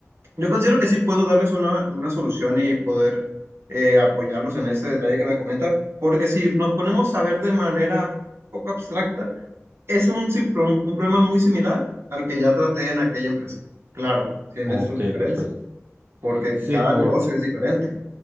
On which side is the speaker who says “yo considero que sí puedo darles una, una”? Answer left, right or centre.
Right